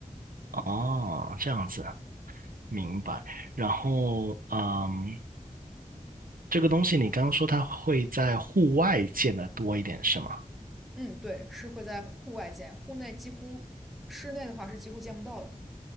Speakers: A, on the right; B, in the centre.
A: 哦，这样子，明白。然后，嗯。这个东西你刚刚说它会在户外见的多一点，是吗？
B: 嗯，对，是会在户外见，户内几乎，室内的话是几乎见不到的。